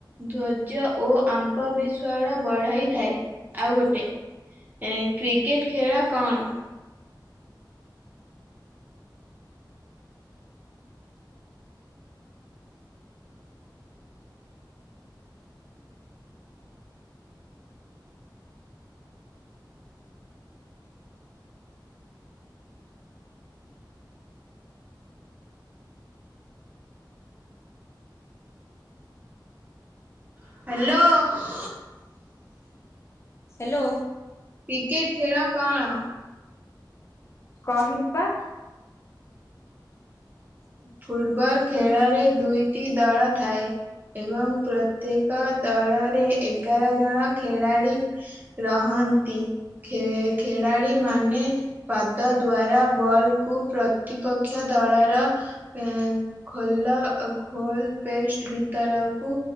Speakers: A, on the right (about 25°); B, on the left (about 35°).
A: ଧ୍ଵର୍ଯ୍ୟ ଓ ଆମ୍ପ ବିସ୍ୱାଳ ବଢାଇଥାଏ। ଆଉ ଗୋଟେ ଏ କ୍ରିକେଟ ଖେଳ କଣ? ହ୍ୟାଲୋ।
B: ହ୍ୟାଲୋ।
A: କ୍ରିକେଟ ଖେଳ କଣ?
B: କହିଲି ପା। <inaudible>
A: ଫୁଟବଲ ଖେଳରେ ଦୁଇଟି ଦଳ ଥାଏ। ଏବଂ ପ୍ରତ୍ୟେକ ଦଳରେ ଏଗାର ଜଣ ଖେଳାଳି ରହନ୍ତି। ଖେ ଖେଳାଳି ମାନେ ପାଦ ଦ୍ଵାରା ବଲ୍ କୁ ପ୍ରତିପ ରକ୍ଷ ଦଳର ଏ ଖୋଲା ଖୋଲ ପେଷ୍ଟ ଭିତରକୁ